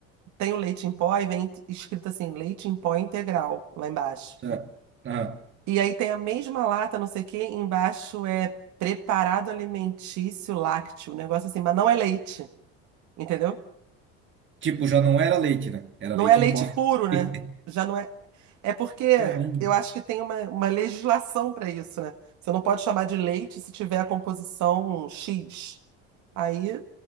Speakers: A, on the right (about 60°); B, on the right (about 35°).
A: tem o leite em pó e vem escrito assim, leite em pó integral lá embaixo.
B: tá. Aham.
A: E aí tem a mesma lata, não sei o quê, embaixo é preparado alimentício lácteo, um negócio assim, mas não é leite, entendeu?
B: Tipo, já não era leite, né? Era
A: Não
B: leite
A: é leite
B: em pó.
A: puro, né?
B: <laughs>
A: Já não é É porque
B: Caramba.
A: eu acho que tem uma, uma legislação para isso, né? Você não pode chamar de leite se tiver a composição X. Aí